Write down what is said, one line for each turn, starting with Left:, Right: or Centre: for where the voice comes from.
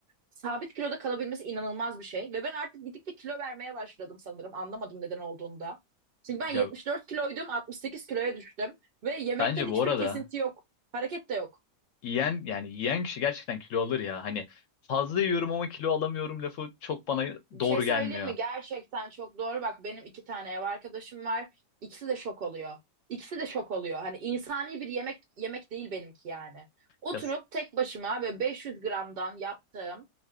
Right: sabit kiloda kalabilmesi inanılmaz bir şey. Ve ben artık gittikçe kilo vermeye başladım sanırım. Anlamadım neden olduğunda. Çünkü ben
Left: Ya
Right: 74 kiloydum, 68 kiloya düştüm ve yemekten
Left: bence
Right: hiçbir
Left: bu arada
Right: kesinti yok. Hareket de yok.
Left: yiyen yani yiyen kişi gerçekten kilo alır ya. Hani fazla yiyorum ama kilo alamıyorum lafı çok bana
Right: Bir
Left: doğru
Right: şey söyleyeyim
Left: gelmiyor.
Right: mi? Gerçekten çok doğru. Bak benim iki tane ev arkadaşım var. İkisi de şok oluyor. İkisi de şok oluyor. Hani insani bir yemek yemek değil benimki yani. Oturup
Left: Ya
Right: tek başıma böyle 500 gramdan yaptığım